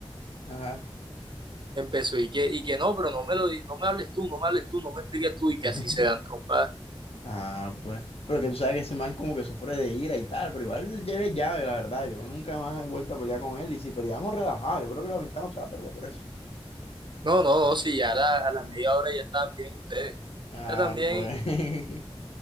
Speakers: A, on the left; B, on the right.
A: Ajá.
B: empezó y que, y que no, pero no me lo, di- no me hables tú, no me hables tú, no me expliques tú, y que
A: <laughs>
B: así se dan trompas.
A: Ah, pues. Pero que tú sabes que ese man como que sufre de ira y tal. Pero igual ya es llave, la verdad. Yo nunca más he vuelto a pelear con él. Y si peleamos relajado, yo creo que la ventana no se va a perder por eso.
B: No, no, no, sí, ya a la, a la media hora ya estaban bien ustedes.
A: Ah,
B: Ya también,
A: pues. <laughs>